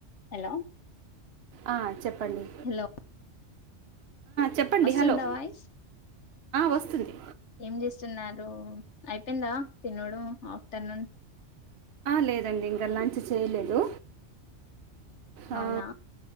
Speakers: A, on the left; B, on the right.
A: హలో
B: అ చెప్పండి
A: హలో
B: చెప్పండి
A: వస్తుందా
B: హలో
A: వాయిస్
B: వస్తుంది
A: ఏం చేస్తున్నారు అయిపోయిందా తినడం ఆఫ్టర్నూన్
B: లేదండి ఇంకా లంచ్ చేయలేదు. అ
A: అవునా